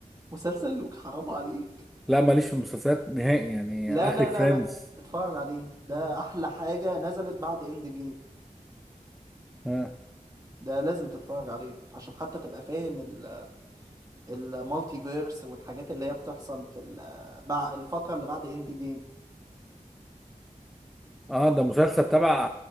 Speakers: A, on the right; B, in the centre.
A: مسلسل لوكي حرام عليك
B: لا ماليش في المسلسلات نهائي يعني
A: لا
B: اخري
A: لا
B: فريندز
A: لا لا اتفرج عليه ده أحلى حاجة نزلت بعد إند جيم
B: اه
A: ده لازم تتفرج عليه عشان حتى تبقى فاهم ال- المالتي فيرس والحاجات اللي هي بتحصل في ال- بع- الفترة اللي بعد اند جيم
B: اه ده مسلسل تبع